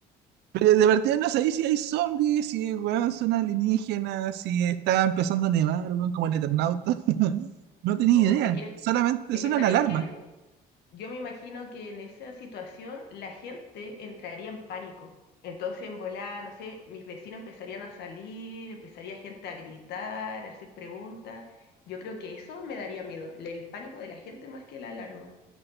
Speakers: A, on the right; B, on the left.
A: Pero de partida no sabéis si hay zombies, si weón, son alienígenas, si está empezando a nevar, weón, como el Eternauta. <laughs> No tenía
B: O,
A: idea.
B: es que,
A: Solamente
B: es
A: suenan
B: que, ¿sabéis
A: alarmas.
B: qué? Yo me imagino que en esa situación la gente entraría en pánico. Entonces, en volar, no sé, mis vecinos empezarían a salir, empezaría gente a gritar, a hacer preguntas. Yo creo que eso me daría miedo, le- el pánico de la gente más que la alarma.